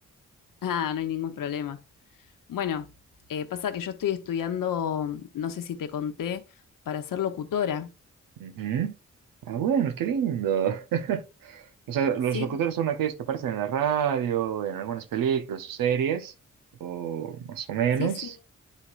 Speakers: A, on the left (about 75°); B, on the right (about 80°).
A: Ah, no hay ningún problema. Bueno, eh, pasa que yo estoy estudiando, no sé si te conté, para ser locutora.
B: Ujú. Ah, bueno, qué lindo. <laughs> O sea, ¿los
A: Sí,
B: locutores son aquellos que aparecen en la radio, en algunas películas o series? O más o menos.
A: sí, sí.